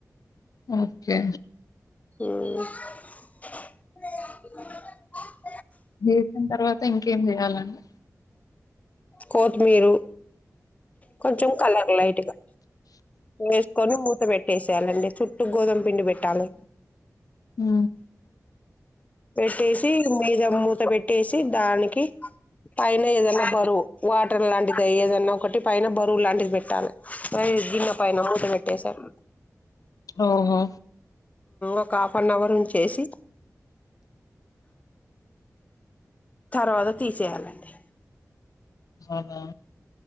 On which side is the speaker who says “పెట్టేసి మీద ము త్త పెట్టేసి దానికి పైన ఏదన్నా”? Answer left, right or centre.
Left